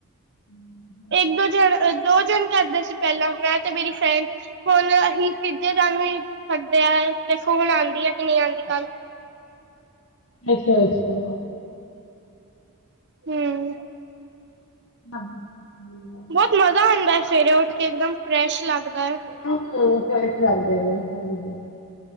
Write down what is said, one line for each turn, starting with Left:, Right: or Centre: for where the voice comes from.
Left: <inaudible>
Right: ਇੱਕ ਦੋ ਜਣੇ ਦੋ ਜਣੇ ਕਰਦੇ ਸੀ ਪਹਿਲਾਂ ਮੈਂ ਤੇ ਮੇਰੀ ਫ੍ਰੈਂਡ ਹੁਣ ਅਸੀਂ ਤੀਜੇ <unintelligible> ਦੇਖੋ ਹੁਣ ਆਂਦੀ ਐ ਕਿ ਨੀ ਆਂਦੀ ਕੱਲ।
Left: ਅੱਛਾ ਅੱਛਾ,
Right: ਹੂੰ,
Left: ਹਾਂ,
Right: ਬਹੁਤ ਮਜ਼ਾ ਆਂਦਾ ਸਵੇਰੇ ਉੱਠ ਕੇ ਇੱਕਦਮ ਫਰੈਸ਼ ਲੱਗਦਾ।
Left: <unintelligible> ਸਕਦੇ ਨੇ ਹਾਂਜੀ।